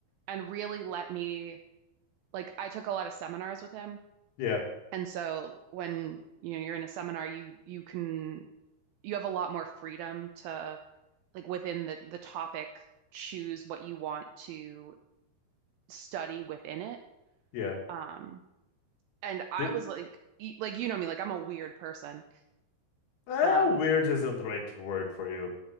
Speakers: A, on the right; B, on the left.
A: and really let me like I took a lot of seminars with him,
B: Yeah.
A: and so when you know you're in a seminar, you you can you have a lot more freedom to like within the the topic choose what you want to study within it.
B: Yeah.
A: Um, and I
B: Did,
A: was like, y- like you know me, like I'm a weird person.
B: eh,
A: Uh,
B: weird isn't the right word for you.